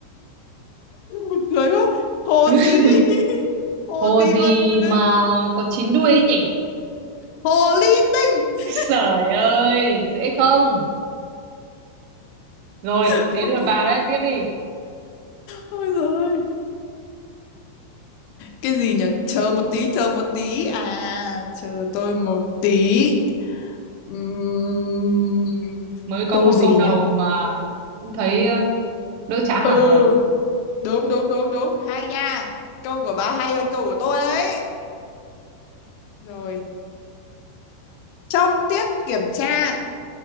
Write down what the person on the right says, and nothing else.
<laughs>
hồ
gì
mà
có chín đuôi ấy nhỉ
trời ơi dễ không rồi
đến
lượt bà đấy tiếp đi
mới có
một
câu đầu
mà cũng thấy ờ, đỡ chán hẳn
rồi